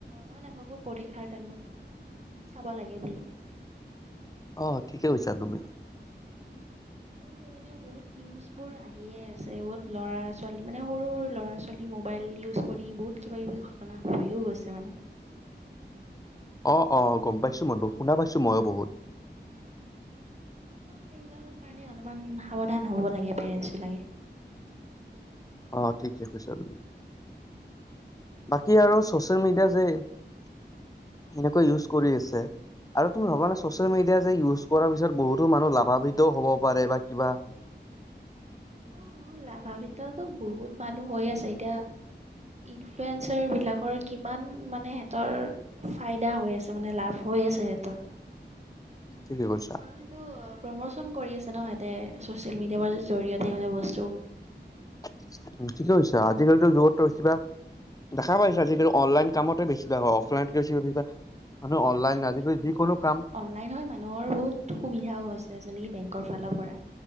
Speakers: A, on the right; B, on the left.
A: মই নাভাবো পৰীক্ষাৰ টাইমত চাব লাগে বুলি।
B: অহ, ঠিকে কৈছা তুমি।
A: উম, আৰু এনেও বহুত নিউজ বোৰ আহিয়ে আছে, বহুত লৰা -ছোৱালী মানে সৰু বোৰ ল'ৰা -ছোৱালী মোবাইল ইউজ কৰি বহুত কিবা- কিবি ঘটনা হৈও গৈছে মানে <inaudible>
B: অ', - অ', গম পাইছো মই বহু শুনা পাইছো মইও বহুত।
A: উম ত 'সেইবিলাকৰ কাৰণে অলপমান সাৱধান হ'ব লাগে পেৰেন্টচ বিলাকে। <inaudible>
B: অহ, ঠিকে কৈছা তুমি। বাকী আৰু ছ'চিয়েল মিডিয়া যে এনেকা
A: উম,
B: কৈ ইউজ কৰি আছে
A: উম,
B: আৰু তুমি ভাবা নে চছিয়েল এতিয়া যে ইউজ কৰা পিছত বহুতো মানুহ লাভাম্বিত হ'ব পাৰে বা কিবা
A: অহ, লাভাবিতটো বহুত মানুহ হৈ আছে, এতিয়া ইনফ্লুৱেঞ্জাৰ বিলাকৰ কিমান মানে হেহতৰ ফাইদা হৈ আছে মানে লাভ হৈ আছে হেহতৰ।
B: ঠিকে কৈছা
A: কাৰন সেইটো প্ৰমোচন কৰি আছে ন' তে চচিয়েল মিডিয়ামৰ জৰিয়তে মানে বস্তুবোৰ
B: উম, <unintelligible> আজিকালিৰ যুগত টো কিবা দেখা পাইছা আজিকালি অনলাইন কামতে বেছিভাগ হয় অফলাইন বেছিভাগ মানুহ অনলাইন
A: আজিকলি
B: আজিকালি
A: বহুত
B: যিকোনো
A: বস্তু
B: কাম
A: অনলাইন হৈ মানুহৰ বহুত সুবিধাও হৈছে। যেনেকি বেংকৰ ফালৰ পৰা